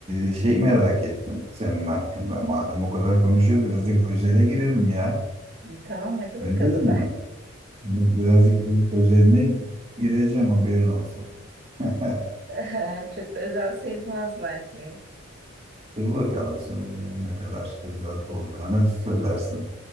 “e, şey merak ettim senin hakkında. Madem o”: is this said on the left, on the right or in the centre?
Right